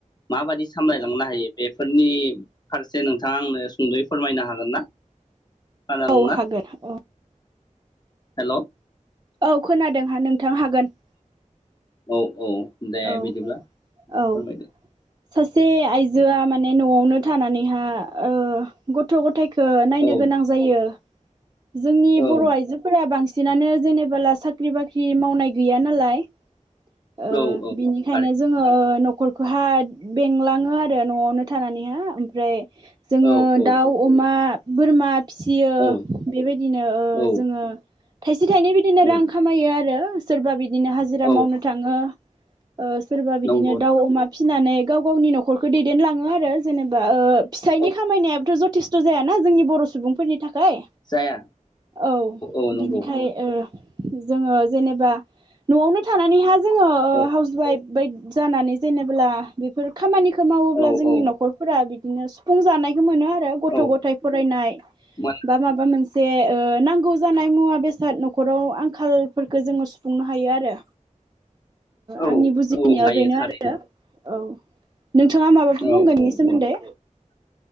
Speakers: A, on the left; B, on the right.
A: माबादि सामलायलांनो हायो बेफोरनि फारसे नोंथाङा आंनो सुंदयै फोरमायनो हागोन ना? खोनादोंना
B: औ हागोन औ
A: हेल'
B: औ खोनादोंहा नोंथां हागोन।
A: औ औ दे
B: औ
A: बिदिब्ला फोरमायदो।
B: औ सासे आइजोआ माने नआवनो थानानैहा ओ गथ' गथाय खो नायनो
A: औ
B: गोनां जायो। जोंनि
A: औ
B: बर आइजोफोरा बांसिन सिनानो जेनेबोला साख्रि बाख्रि मावनाय गैया नालाय। ओ
A: औ
B: निखायनो
A: थारै
B: जोङो ओ नखर खौहा बेंलाङो आरो नआवनो थानानैहा ओमफ्राय जोङो
A: औ औ
B: दाउ, अमा बोरमा फिसियो
A: औ
B: बेबायदिनो ओ
A: औ
B: जोङो फिथाइनि बिदिनो
A: औ
B: रां खामायो आरो सोरबा बि दिनो हाजिरा
A: औ
B: मावनो थाङो। ओ सोरबा बिदिनो
A: नंगौ
B: दाउ अमा फिनानै गाव गावनि नखर'खौ दैदेनलाङो आरो जेनेबा ओ फिसाइनि
A: औ
B: खामायनायाबोथ जथेस्थ जायाना जोंनि बर' सुबुंफोरनि थाखाय
A: जाया
B: औ
A: औ नंगौ
B: बिनिखाय ओ जोङो जेनेबा नआवनो थानानैहाय जोङो
A: औ
B: हावस <unintelligible> जानानै जेनेब्ला बेफोर खामानि खौ मावोब्ला
A: औ
B: जोंनि
A: औ
B: नखरफोरा बि बिदिनो सुफुं जानाय मोनो आरो गथ'
A: औ
B: गथाय फरायनाय
A: मोन
B: बा माबा मोनसे ओ नांगौ जानाय मुवा बे स नखराव आंखालफोरखौ जोङो सुफुंनो हायो आरो
A: औ
B: आंनि बुजिनायाव
A: औ हायो
B: बेनो
A: थारैनो
B: आरो औ। नोंथाङा माबाफोर
A: औ
B: बुंगोन
A: औ
B: इनि सोमोन्दै
A: औ